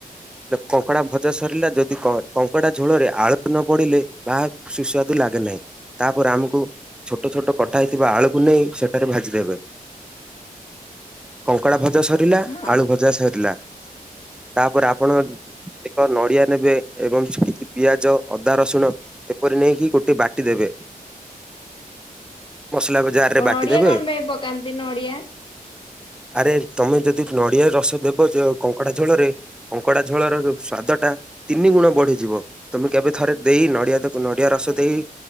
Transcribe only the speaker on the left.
ହଁ
ନଡିଆ
କଣ ପାଇଁ ପକାନ୍ତି ନଡିଆ?